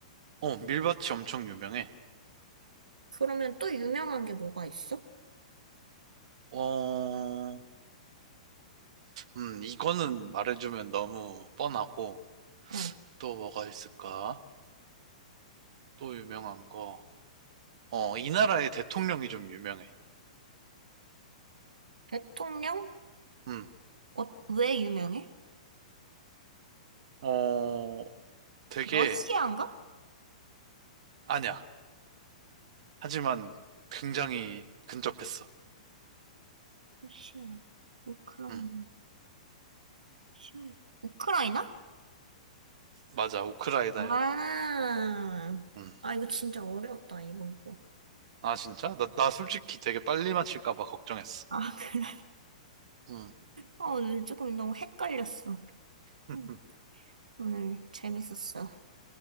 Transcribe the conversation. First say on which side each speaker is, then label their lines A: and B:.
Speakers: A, on the right; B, on the right.
A: 어, 밀밭이 엄청 유명해.
B: 그러면 또 유명한 게 뭐가 있어?
A: 어, 음, 이거는 말해주면 너무 뻔하고,
B: 어.
A: 또 뭐가 있을까? 또 유명한 거. 어, 이 나라의 대통령이 좀 유명해.
B: 대통령?
A: 음,
B: 어, 왜 유명해?
A: 어, 되게,
B: 러시아인가?
A: 아니야. 하지만 굉장히 근접했어.
B: 러시아, 우크라이나,
A: 음.
B: 러시아. 우크라이나?
A: 맞아, 우크라이나야.
B: 아,
A: 음.
B: 아, 이거 진짜 어려웠다, 이번 거.
A: 아, 진짜? 나, 나 솔직히 되게 빨리 맞힐까 봐 걱정했어.
B: 아, 그래.
A: 음.
B: 어, 오늘 조금 너무 헷갈렸어.
A: <laughs>
B: 음, 오늘 재밌었어.